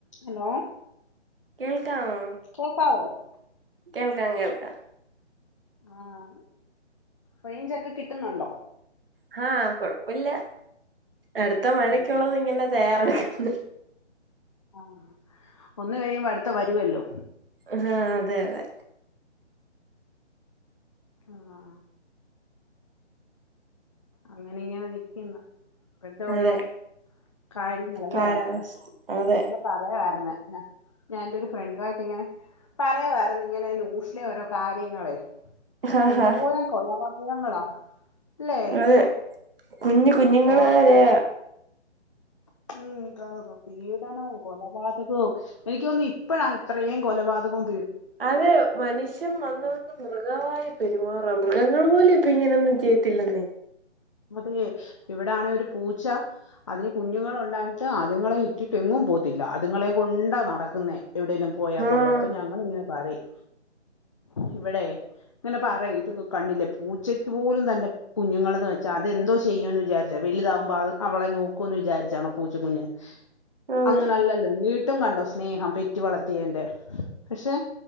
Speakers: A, on the left (about 25°); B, on the right (about 50°).
A: ഹലോ
B: കേൾക്കാമോ
A: കേക്കാവോ?
B: കേൾക്കാം കേൾക്കാം.
A: ആഹ്. റേഞ്ച് ഒക്കെ കിട്ടുന്നുണ്ടോ?
B: ഹാ കൊഴപ്പല്ല്യാ. അടുത്ത മഴയ്ക്കുള്ളത്
A: ഉം
B: ഇങ്ങനെ തയ്യ <unintelligible>
A: ആഹ്. ഒന്ന് കഴിയുമ്പോ അടുത്ത വരുവല്ലോ
B: ആഹ് അതെ അതെ
A: അ ആഹ് ആ അങ്ങനെ ഇങ്ങനെ നിക്കുന്നു ഇപ്പയ്ത്തെ ഓരോ
B: അതെ
A: കാര്യങ്ങളല്ലേ
B: കാലാവസ്ഥ അതെ
A: ഒന്ന് പറയാവായിരുന്നു ഞാൻ ഞാന്റെ ഒരു ഫ്രണ്ട് ചെറുതായിട്ടിങ്ങനെ പറയാവാരുന്നു ഇങ്ങനെ ന്യൂസിലെ ഓരോ കാര്യങ്ങൾ
B: ആഹാ
A: എതു പോരം കൊലപ താ ങ്ങളാ അല്ലേ
B: അത് കുഞ്ഞു കുഞ്ഞുങ്ങളെരെയാ
A: തുറക്കാൻ ഉം താലോ പീഡനവും കൊലബാതക ഓ എനിക്ക് തോന്നി ഇപ്പഴാ ഇത്രയും കൊലപാതകോം
B: അതെ മനുഷ്യൻ വന്ന് മൃഗാവായി പെരുമാറാം മൃഗങ്ങൾ പോലും ഇപ്പൊ ഇങ്ങനെ ഒന്നും ചെയ്ത്തില്ലെന്ന്
A: അതെ ഇവിടാണെ ഒരു പൂച്ച അതിന് കുഞ്ഞുങ്ങൾ ഉണ്ടായിട്ട് അതുങ്ങളെ ഇട്ടിട്ട് എങ്ങും പോത്തില്ല അതുങ്ങളെ കൊണ്ടാ നടക്കുന്നേ എവിടെലും പോയാ പോലും
B: ആഹ്
A: അപ്പോൾ ഞങ്ങളിങ്ങനെ പറേം ഇവിടെ ഇങ്ങനെ പറയും ഇത് കണ്ടില്ലേ പേ- പൂച്ചക്ക് പോലും തന്റെ കുഞ്ഞുങ്ങൾന്ന് വെച്ചാ അതെന്തോ ചെയ്യുമന്ന് വിചാരിച്ചാ വലുതാകുമ്പോ അത് അവളെ നോക്കുവന്ന് വിചാരിച്ചാണോ പൂച്ചക്കുഞ്ഞ്-
B: അതെ
A: അങ്ങനല്ലല്ലോ വീണ്ടും കണ്ടോ സ്നേഹം പെറ്റി- വളർത്തിയന്റെ പക്ഷെ